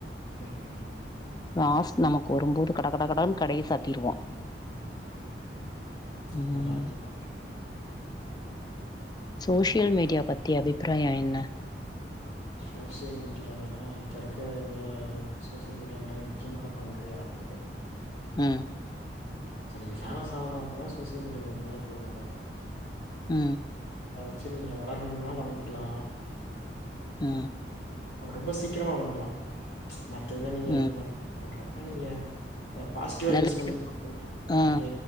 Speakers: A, on the left; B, on the left.
A: ஆமாங்க
B: லாஸ்ட் நமக்கு வரும்போது கட கட கடன் கடைய சாத்திருவோ
A: அது
B: ம்
A: வேணா உண்மதா
B: சோசியல் மீடியா பத்தி அபிப்ராயோ என்ன
A: சோசியல் மீடியானா இப்போ இருக்க இதையா சோசியல் மீடியான்ற முக்கியமான பங்கு ஆட்றது
B: அ
A: இப்ப நீங்க ஃபேமஸ் ஆவனு அப்புன்னா சோசியல் மீடியால இருந்தாவே போதுமானதுதா
B: அ
A: அத வெச்சு நீங்க வளரணுனா வளர்ந்துக்கலா
B: அ
A: அ ரொம்ப சீக்கரமா வளந்துக்குலா மத்த இத நீங்க
B: ம்
A: இது பண் பண்றப்ப நீங்க அத பாஸ்ட்டிவா
B: நல்ல
A: யூஸ் பண்ணி அப்படின்னா
B: ஆ
A: நீங்க